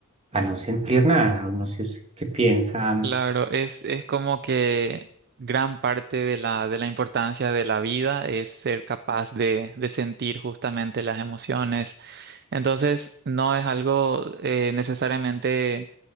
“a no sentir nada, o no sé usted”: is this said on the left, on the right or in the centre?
Right